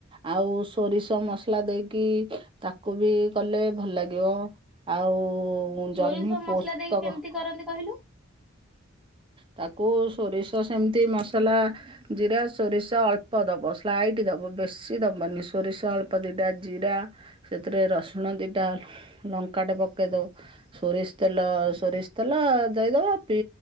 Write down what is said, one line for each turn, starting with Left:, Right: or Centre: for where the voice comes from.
Right: ଆଉ ସୋରିଷ ମସ୍ଲା ଦେଇକି ତାକୁ ବି କଲେ ଭଲ୍ ଲାଗିବ ଆଉ
Centre: ସୋରିଷ
Right: ଜହ୍ନି ପୋସ୍ତକ
Centre: ମସଲା ଦେଇକି କେମିତି କରନ୍ତି କହିଲେ?
Right: ତାକୁ ସୋରିଷ ସେମିତି ମସଲା ଜିରା ସୋରିଷ ଅଳ୍ପ ଦବ ସ୍ଲାଇଟ୍ ଦବ ବେଶି ଦବନି ସୋରିଷ ଅଳ୍ପ ଦିଟା ଜିରା ସେଥିରେ ରସୁଣ ଦିଟା ଲଙ୍କାଟେ ପକେଇଦବ ସୋରିଷ୍ନ ତେଲ ସୋରିଷ୍ ତେଲ ଦେଇଦବ ପି